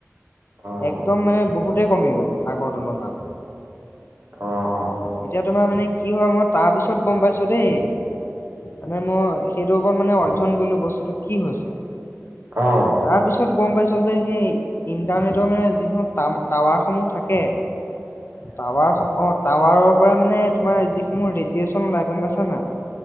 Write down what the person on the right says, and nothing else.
অ',
অ',
অ'।